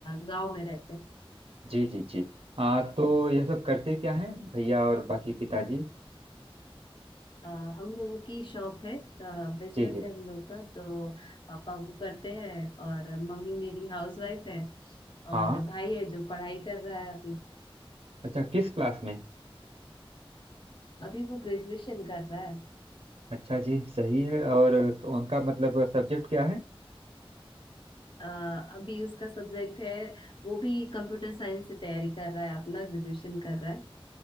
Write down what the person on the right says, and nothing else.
जी जी जी आ, तो यह सब करते क्या हैं भैया और बाकी पिताजी
जी जी
हाँ
अच्छा किस क्लास में
अच्छा जी सही है और उनका मतलब सब्जेक्ट क्या है